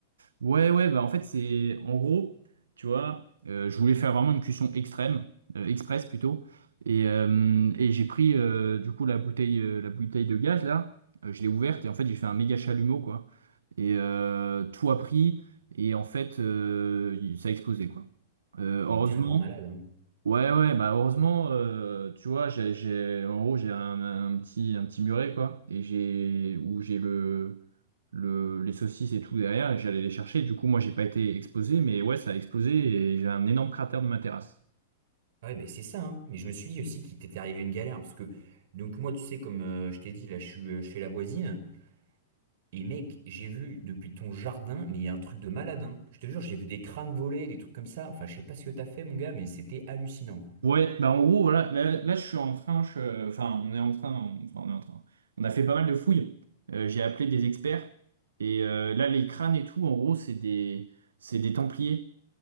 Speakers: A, on the right; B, on the right.
A: Ouais, ouais, bah en fait, c'est en gros, tu vois, euh, je voulais faire vraiment une cuisson extrême, euh, express plutôt, et, euh, et j'ai pris euh, du coup la bouteille, euh, la bouteille de gaz là, Euh, je l'ai ouverte et en fait, j'ai fait un méga chalumeau quoi, et euh, tout a pris, et en fait, euh, ça a explosé quoi. Euh, heureusement,
B: Mais t'es un grand malade, hein.
A: Ouais, ouais, bah heureusement, euh, tu vois, j'ai, j'ai, en gros, j'ai un, un petit, un petit muret, quoi, et j'ai, où j'ai le, le, les saucisses et tout derrière, et j'allais les chercher. Du coup, moi, j'ai pas été explosé, mais ouais, ça a explosé et j'ai un énorme cratère de ma terrasse.
B: Ouais, ben c'est ça, hein. Mais je me suis dit aussi qu'il t'était arrivé une galère, parce que, donc moi, tu sais, comme euh, je t'ai dit, là, je suis, euh, je la voisine. Et mec, j'ai vu depuis ton jardin, mais il y a un truc de malade, hein. Je te jure, j'ai vu des crânes voler, des trucs comme ça. Enfin, je sais pas ce que t'as fait, mon gars, mais c'était hallucinant.
A: Ouais, bah en gros, voilà, là, là, je suis en train, je, euh, enfin, on est en train, on- enfin, on est en train. On a fait pas mal de fouilles. Euh, j'ai appelé des experts, et euh, là, les crânes et tout, en gros, c'est des, c'est des templiers.